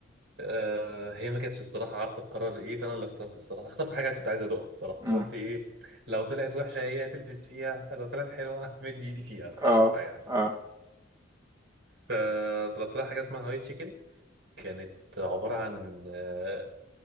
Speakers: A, on the right (about 65°); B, on the right (about 20°).
A: آه هي ما كانتش الصراحة عارفة تقرر ايه فانا اللي اخترت الصراحة اخترت حاجة كنت عايز ادوقها الصراحة فقلت
B: مم.
A: ايه لو طلعت وحشة هي تلبس فيها لو طلعت حلوة <laughs> مد ايدي فيها الصراحة
B: اه
A: يعني
B: اه
A: فطلبت لها حاجة اسمها هواي تشيكن كانت عبارة عن آه